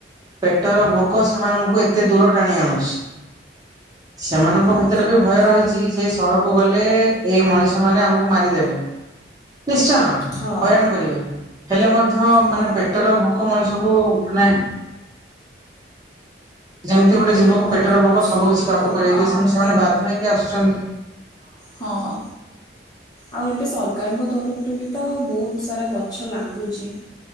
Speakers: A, on the right; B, on the left.
A: ପେଟର ଭୋକ ସେମାନଙ୍କୁ ଏତେ ଦୂର ଟାଣି ଆଣୁଛି। ସେମାନଙ୍କ
B: ହଁ
A: ଭିତରେ
B: ସତ
A: ବି ଭୟ
B: କଥା
A: ରହିଛି। ସେ ସହରକୁ ଗଲେ ଏଇ ମଣିଷ ମାନେ ଆମକୁ ମାରିଦେବେ ନିଶ୍ଚୟ।
B: ହଁ
A: ହଇରାଣ କରିବେ ହେଲେ ମଧ୍ୟ
B: ହଁ
A: ମାନେ ପେଟର ଭୋକ ମଣିଷକୁ ମାନେ ଯେମିତି ଗୋଟେ
B: ପେଟରେ
A: ଜୀବକୁ ପେଟର ଭୋକ
B: ପଶୁମାନଙ୍କୁ
A: ସବୁ କିିଛି କାବୁ କରେଇ
B: ହଁ
A: ଦିଏ ସେମତି ସେମାନେ ବାଧ୍ୟ ହେଇକି ଆସୁଛନ୍ତି।
B: ହଁ। ଆଉ ଏବେ ସରକାରଙ୍କ ତରଫରୁ ବି ତ ବହୁତ ସାରା ଗଛ ଲାଗୁଛି।